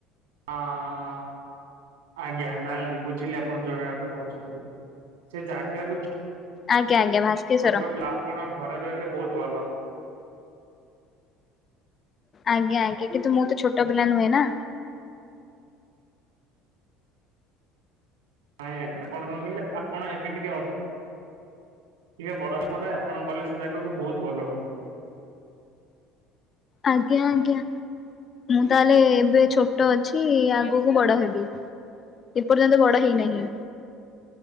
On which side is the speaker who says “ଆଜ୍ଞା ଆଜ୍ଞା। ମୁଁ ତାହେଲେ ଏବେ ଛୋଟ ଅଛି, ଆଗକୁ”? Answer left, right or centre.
Left